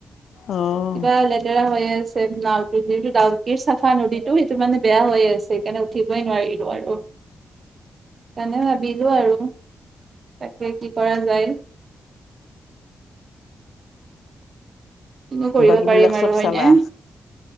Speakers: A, on the left (about 85°); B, on the right (about 40°).
A: অহ
B: কিবা লেত তেৰা হৈ আছে নাওটো যিহেতু ডাউকিৰ চাফা নদীটো সেইটো মানে বেয়া হৈ আছে। এইকাৰণে উঠি ব‌ই নোৱাৰিলোঁ আৰু সেইকাৰণে ভাবিলোঁ আৰু তাকে কি কৰা যায়। কিনো কৰিব
A: বাকীবিলাক
B: পাৰিম আৰু
A: চব
B: হয়নে,
A: চালা?